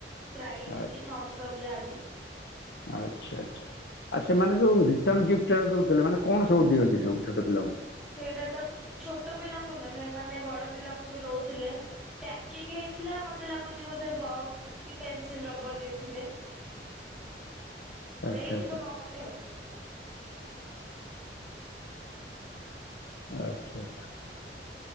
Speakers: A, in the centre; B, on the left (about 70°).
A: ସ୍ପ୍ରାଇଟ୍
B: ଆ-
A: କି ଥମ୍ସଅପ୍ ଯାହାବି
B: ଆଚ୍ଛା ଆଚ୍ଛା ଆଉ ସେମାନେ ଯୋଉ ରିଟନ ଗିଫ୍ଟ ଦଉଥିଲେ ମାନେ କଣ ସବୁ ଦିଅନ୍ତି ସବୁ ଛୋଟ ପିଲାଙ୍କୁ
A: ସେଇଟା ତ ଛୋଟ ପିଲାଙ୍କୁ ନୁହେଁ ସେମାନେ ବଡ ପିଲାଙ୍କୁ ବି ଦଉଥିଲେ ପ୍ୟାକିଂ ହେଇଥିଲା ମତେ ଲାଗୁଛି ବୋଧେ ବକ୍ସ କି ପେନସିଲ ରବର ଦେଇଥିବେ
B: <unintelligible>
A: ଦେଇଥିବେ
B: ଆଚ୍ଛା।
A: କଣ ଗୋଟେ ଆଉ
B: ଆଚ୍ଛା